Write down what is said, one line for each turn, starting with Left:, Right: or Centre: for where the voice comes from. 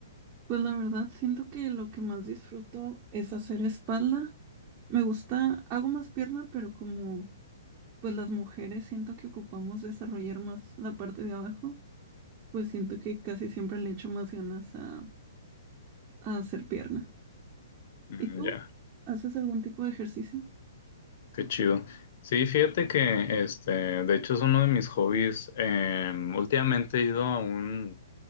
Right: Pues la verdad, siento que lo que más disfruto es hacer espalda. Me gusta, hago más pierna, pero como pues las mujeres siento que ocupamos desarrollar más la parte de abajo, pues siento que casi siempre le echo más ganas a, a hacer pierna.
Left: Mm,
Right: ¿Y tú?
Left: ya,
Right: ¿Haces algún tipo de ejercicio?
Left: qué chido. Sí, fíjate que, este, de hecho es uno de mis hobbies. Em, últimamente he ido a un,